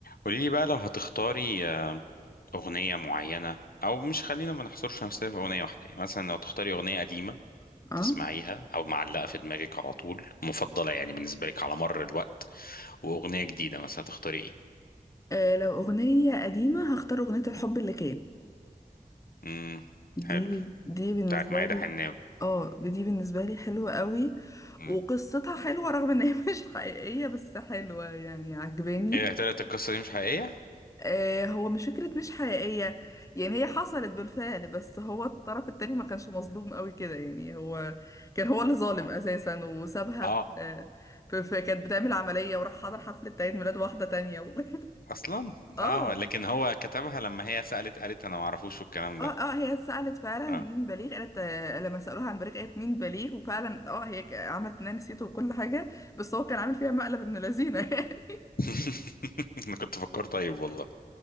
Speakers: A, on the left (about 70°); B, on the left (about 20°).
A: قولي لي بقى لو هتختاري آه، أغنية معينة أو مش خلينا ما نحصرش نفسنا في أغنية واحدة يعني مثلا لو تختاري أغنية قديمة
B: اه
A: تسمعيها أو معلقة في دماغك على طول مفضلة يعني بالنسبة لك على مر الوقت وأغنية جديدة مثلا هتختاري إيه؟
B: آه، لو أغنية قديمة هختار أغنية الحب اللي كان
A: امم
B: دي
A: حلو
B: دي بالنسبة
A: بتاعت ميادة
B: لي
A: حناوي
B: اه دي بالنسبة لي حلوة قوي
A: امم
B: وقصتها حلوة رغم ان هي <laughs> مش حقيقية بس حلوة يعني عجباني
A: إيه يا طلعت القصة دي مش حقيقية؟
B: آه هو مش فكرة مش حقيقية يعني هي حصلت بالفعل بس هو الطرف التاني ما كانش مظلوم قوي كده يعني هو كان هو اللي ظالم
A: آه
B: اساسا وسابها
A: آه،
B: في, آه، في, في كانت بتعمل عملية وراح حضر حفلة عيد ميلاد واحدة تانية و... <laughs>
A: أصلا
B: اه
A: آه لكن هو كتبها لما هي سألت قالت أنا معرفوش والكلام
B: اه
A: ده
B: اه هي سألت فعلا
A: آه
B: مين بليغ قالت آه، لما سألوها عن بليغ قالت مين بليغ وفعلا اه هي ك- عملت انها نسيته وكل حاجة بس هو كان عامل فيها مقلب ابن لذينة <laughs> يعني
A: <laughs> انا كنت فكرت طيب والله